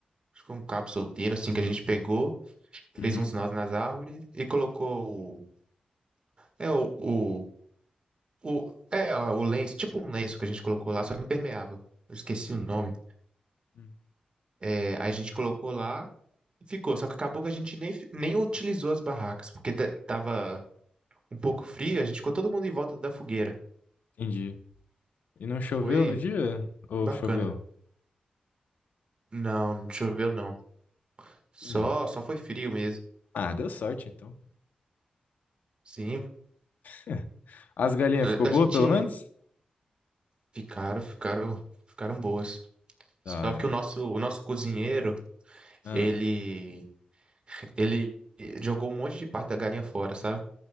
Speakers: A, on the right (about 35°); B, on the left (about 80°).
A: acho que foi um cabo solteiro assim que a gente pegou, fez
B: uhum.
A: uns nós nas árvores e colocou o, é o, o, o é ó, o lenço, tipo um lenço que a gente colocou lá, só que impermeável. Eu esqueci o nome.
B: Uhum.
A: É, aí a gente colocou lá Ficou, só que acabou que a gente nem, nem utilizou as barracas, porque ta- tava um pouco frio, a gente ficou todo mundo em volta da fogueira.
B: Entendi. E não choveu
A: Foi
B: no dia? Ou
A: bacana.
B: choveu?
A: Não, não choveu não. Só,
B: Entendi.
A: só foi frio mesmo.
B: Ah, deu sorte então.
A: Sim,
B: <laughs> As galinhas
A: a
B: ficou boa,
A: a gente
B: pelo menos?
A: ficaram, ficaram, ficaram boas.
B: Da
A: Só
B: hora.
A: que o nosso, o nosso cozinheiro,
B: Ah,
A: ele, ele jogou um monte de parte da galinha fora, sabe?